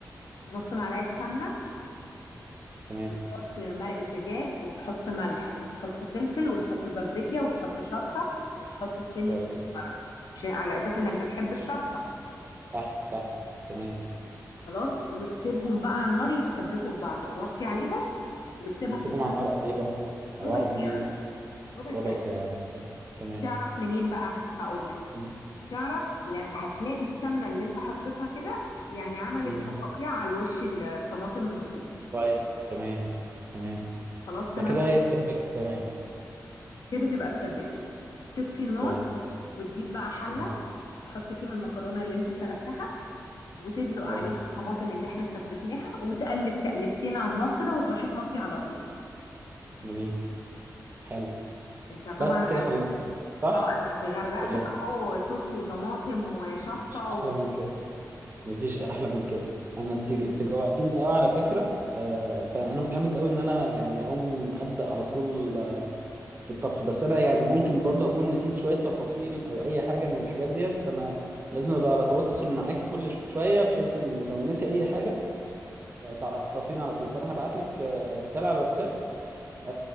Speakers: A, on the left (about 70°); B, on the right (about 30°).
A: نص معلقة سمنة
B: تمام
A: وتحط مرقة دجاج وتحط ملح وتحط فلفل وتحط باربيكيا وتحط شطة وتحط سنة
B: كويس
A: كزبرة مش على أساس إنك بتحب الشطة
B: صح صح تمام
A: خلاص وتسيبهم بقى على النار يتسبكوا في بعض توطي عليهم وتسيبها
B: نسيبهم
A: تتسبك
B: على النار قد ايه بقى لو
A: ربع
B: اعرف
A: ساعة
B: منين
A: ربع
B: ربع
A: ساعة
B: ساعه تمام تمام
A: تعرف منين بقى هقول لك
B: م-
A: تعرف لا هتلاقي السمنة اللي انت حطيتها كده يعني عملت
B: م.
A: فقاقيع على الوش الطماطم من فوق
B: كويس تمام تمام
A: خلاص تمام
B: ده كده
A: كده
B: هي سبكت تمام
A: كده تبقى السبة كده تطفي النار
B: كويس
A: وتجيب بقى حلة
B: م-
A: تحط فيها المكرونة اللي انت سلقتها وتدلق
B: كويس
A: عليها الطماطم اللي احنا سبكناها وتقلب تقلبتين على النار كده وتروحي طافي على طول
B: جميل حلو
A: انت طبعا
B: بس كده خلصت صح
A: اه انا غرقتك
B: ولا بس؟
A: اهو صوص وطماطم وشطة
B: مفيش
A: و...
B: احلى من كده مفيش احلى من كده انا انت انت جوعتني قوي على فكره فانا متحمس قوي ان انا يعني اقوم ابدا على طول في الطبخ بس انا يعني ممكن برضه اكون نسيت شويه تفاصيل او اي حاجه من الحاجات ديت فانا لازم ابقى على تواصل معاكي كل شويه بحيث ان لو نسي اي حاجه آه، تعرفيني على طول فانا هبعت لك آه، رساله على الواتساب آه،